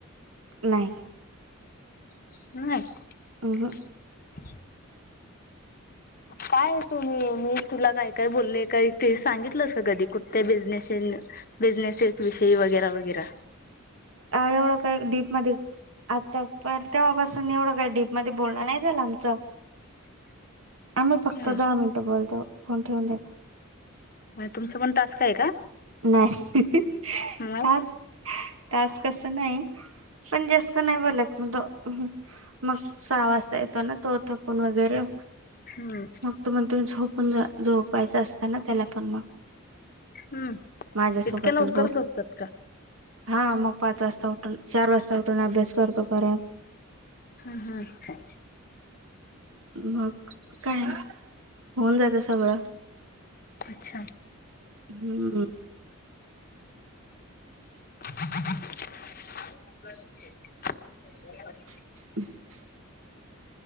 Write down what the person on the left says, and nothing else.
<unintelligible>
<inaudible> काय तुम्ही मी तुला काय, काय बोलले काही ते, सांगितलंस कधी कुठत बिझनेस- बिझनेसेस विषयी वगैरा, वगैरा.
हम्म
म्हण- तुमच पण टास्क आहे का?
मग
हम.
हम्म
इतक्या लवकर
झोपतात का
हा, हा.
अच्छा.
<inaudible> <inaudible> <unintelligible>